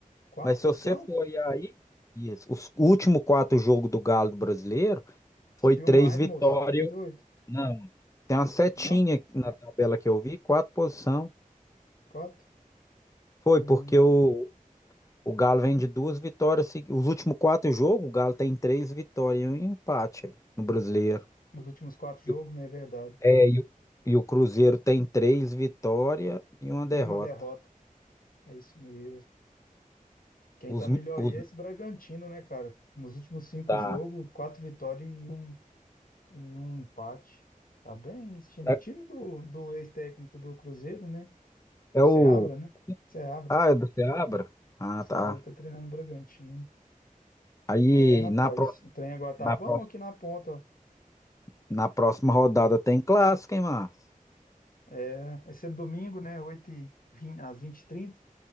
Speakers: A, on the left; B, on the left.
A: quatro
B: Mas
A: posição?
B: se você Foi aí, Isso. Os últimos quatro jogos do Galo do Brasileiro
A: Subiu
B: foi três
A: mais,
B: vitórias.
A: moço. Tá doido?
B: Vitória. Não, Tem uma setinha
A: Não?
B: na tabela que eu vi, quatro posição.
A: Quatro?
B: Foi
A: Hum,
B: porque o, O Galo vem de duas vitórias. segui- Os últimos quatro jogos, o Galo tem três vitórias e um empate aí, no Brasileiro.
A: os últimos quatro jogos,
B: E o-
A: não é verdade.
B: É, e o, e o Cruzeiro tem três vitórias e uma derrota.
A: E uma derrota. É isso mesmo. Quem tá
B: Os,
A: melhor aí
B: os,
A: é esse Bragantino, né, cara? Nos últimos cinco
B: tá.
A: jogos, quatro vitórias e um, E um empate. Tá bem, esse time.
B: É,
A: O time do, do ex-técnico do Cruzeiro, né?
B: é
A: Seabra,
B: o.
A: né? Seabra.
B: Ah, é do Seabra? Ah,
A: Seabra
B: tá.
A: tá treinando o Bragantino.
B: Aí
A: É, rapaz.
B: na, pró-
A: O trem agora tá
B: na,
A: bom
B: pró-
A: aqui na ponta, ó.
B: na próxima rodada tem clássico, hein, Márcio?
A: É, vai ser domingo, né? oito h 20 às 20h30. E trinta.